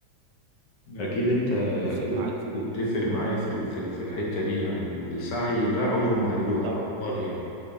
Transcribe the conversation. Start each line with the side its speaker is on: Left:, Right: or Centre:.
Left: اكيد انت
Right: اتفق
Left: اكيد
Right: معاك في
Left: تتفق
Right: كده
Left: معايا في ال- في ال- في الحته دي يعني ان السعي ده عمره ما هيروح
Right: طبعا
Left: على الفاضي يعني